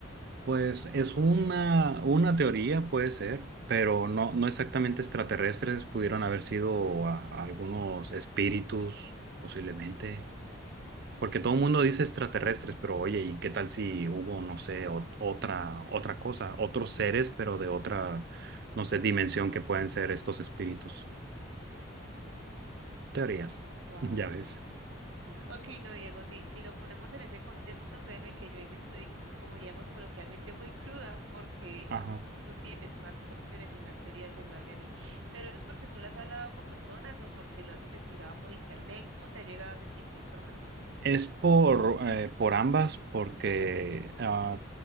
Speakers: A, on the right; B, on the right.
A: Pues es una, una teoría, puede ser, pero no, no exactamente extraterrestres, pudieron haber sido a- algunos espíritus, posiblemente, porque todo el mundo dice extraterrestres, pero oye, ¿y qué tal si hubo, no sé, ot- otra, otra cosa, otros seres, pero de otra, no sé, dimensión que pueden ser estos espíritus? Teorías,
B: Wow.
A: <laughs> ya ves.
B: Ok, no, Diego, si, si lo ponemos en ese contexto, créeme que yo ahí sí estoy, como diríamos coloquialmente, <laughs> muy cruda, porque
A: ajá
B: tú tienes más opciones y más teorías en base a mí. Pero eso es porque tú lo has hablado con personas o porque lo has investigado por internet. ¿Cómo te ha llegado ese tipo de información?
A: Es por, eh, por ambas, porque ah,